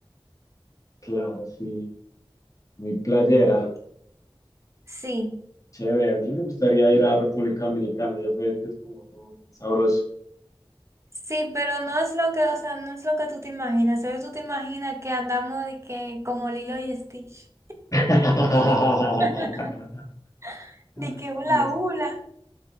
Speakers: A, on the left (about 35°); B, on the right (about 30°).
A: Claro, sí, muy playera,
B: Sí,
A: chévere. A mí me gustaría ir a República Dominicana, ya sé que es como todo bien sabroso.
B: sí, pero no es lo que, o sea, no es lo que tú te imaginas. Solo tú te imaginas que andamos de que como Lilo y Stitch,
A: <laughs>
B: <laughs>
A: Ah,
B: de que
A: no,
B: hula
A: les,
B: hula,